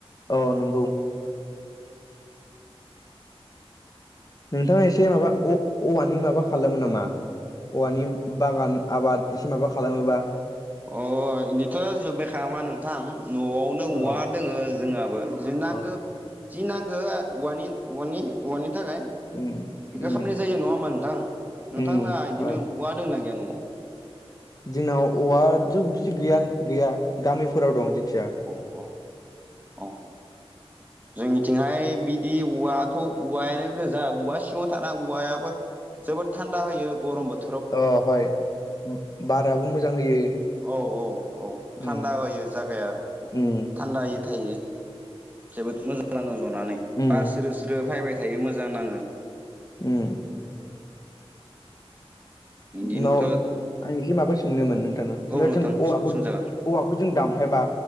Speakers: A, on the left; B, on the right.
A: औ नंगौ नोंथाङा एसे माबा औ-औवानि माबा खालामो नामा? औवानि बागान आबाद एसे माबा खालामोबा
B: अ बिदिथ' जोब्बायखामा नोंथां न'आवनो औवा
A: अ
B: दोङो जोंहाबो। जि नांगौ
A: अ
B: जि नांगौ औवानि औवानि औवानि थाखाय
A: उम
B: बेखो
A: उम
B: खालामनाय जायो नङा होमबा नोंथां नोंथां
A: उम
B: मोनना बिदिनो
A: हय
B: औवा दं ना गैया न'आव?
A: जोंनाव औवाथ' बिदि गैयानो गैया गामिफोराव दं जिखिजाया।
B: अ औ जोंनिथिंहाय बिदि औवाथ' औवायानो गोजा औवा सिङाव थानाय औवायाबो जोबोद थान्दा होयो गरम बोथ
A: औ हय बाराबो मोजां होयो।
B: औ औ औ
A: उम
B: थान्दा होयो जायगाया
A: उम
B: थान्दायै थायो। जोबोद मोजां नाङो जनानै
A: उम
B: बार स्रो स्रो फायबाय थायो मोजां नाङो।
A: उम
B: बिदिनोथ'
A: न आं एसे माबा सोंनोमोन नोंथांनाव
B: औ
A: जेनेबा
B: नोंथां
A: जों औवाखौ
B: सोंजागोन
A: औवाखौ जों दामफायबा